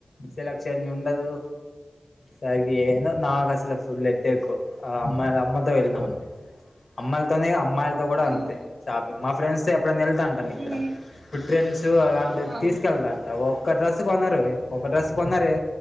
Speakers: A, on the left; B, on the right.
A: సెలక్షన్ ఉండదు సరి ఏదో నాకు అసలు ఫుల్ హడ్డకు ఆ అమ్మాయి అమ్మతో వెళ్ళినాం అంటే అమ్మాయిలతోనే అమ్మాయిల్ కూడా
B: హ్మ్.
A: అంతే షాపింగ్ మా ఫ్రెండ్స్ తొ ఎప్పుడైనా వెళ్తా ఉంటాను ఇక్కడ
B: హ్మ్.
A: ఇప్పుడు ట్రెండ్స్ అలా
B: ఆ!
A: తీసుకెళ్ళదంట ఒక్క డ్రెస్ కొన్నారు ఒక డ్రెస్ కొన్నారే